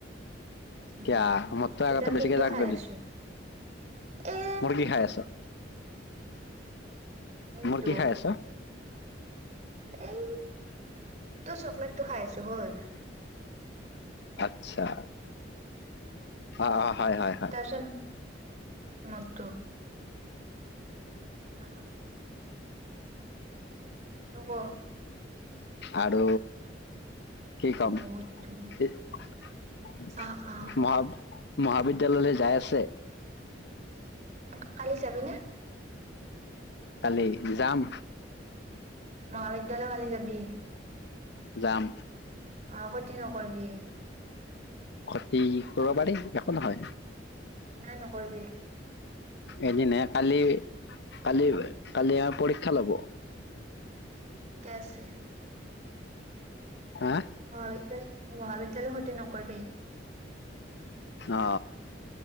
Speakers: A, on the right; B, on the left.
A: উম
B: কিয়া মোত কৈ আগাতে
A: ইটান
B: বেছিকে
A: তোৰতো
B: যাবটো।
A: খাই আছো এ
B: মুৰ্গী খায় আছ।
A: সেইটো
B: মুৰ্গী খাই আছ।
A: এই তোৰ চকলেটটো খাই আছো হল।
B: আত্ছা। অ অ হয় হয়।
A: তাৰপিছত মোৰতো অ। অনো ক।
B: আৰু কি
A: অ
B: কম
A: তো
B: হি মহা
A: আহ আহ
B: মহাবীৰ বিদ্যালয়লৈ যাই আছে?
A: উম কালি যাবি নে?
B: কালি যাম।
A: মহাবিদ্যালয় কালি যাবি?
B: যাম।
A: অ খতি নকৰিবি।
B: ক্ষতি কৰিব পাৰি একো নহয়।
A: নাই নকৰবি।
B: এদিন হে কালি, কালি কালি আমাৰ পৰীক্ষা ল'ব।
A: -কে আছে।
B: হা
A: মহাবিদ্যালয়- মহাবিদ্যালয় খতি নকৰিবি।
B: অ